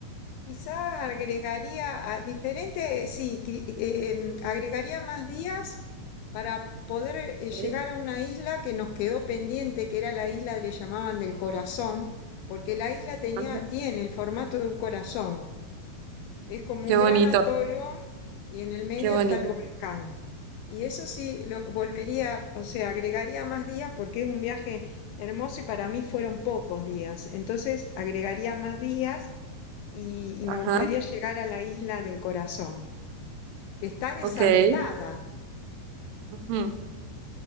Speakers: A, on the left; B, on the right.
A: Quizá agregaría a diferente, eh, sí, qui- eh, em, agregaría más días para poder eh,
B: Ok,
A: llegar a una isla que nos quedó pendiente, que era la isla, le llamaban del corazón, porque la isla tenía,
B: ajá.
A: tiene el formato de un corazón. Es como
B: Qué
A: un
B: bonito,
A: gran atolón y en el medio
B: qué bonito.
A: está el volcán. Y eso sí, lo volvería, o sea, agregaría más días porque es un viaje hermoso y para mí fueron pocos días. Entonces, agregaría más días y, y
B: Ajá,
A: me gustaría llegar a la isla del corazón, que está deshabitada,
B: ok. ujú,